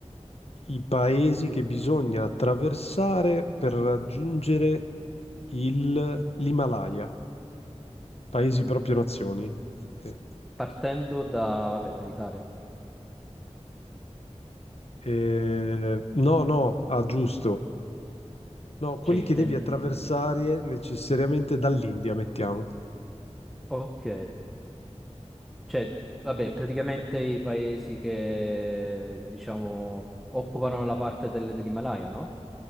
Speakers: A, on the left; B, in the centre.
A: i paesi
B: Sì.
A: che bisogna attraversare per raggiungere il- l'Himalaya? Paesi
B: Mm.
A: proprio nazioni. Sì.
B: Partendo da, vabbè, dall'Italia.
A: Eh, no, no, ah, giusto. No, quelli
B: Cioè, intendi?
A: che devi attraversare necessariamente dall'India, mettiamo.
B: Ok. Cioè, vabbè, praticamente i paesi che, diciamo, occupano la parte del- dell'Himalaya, no?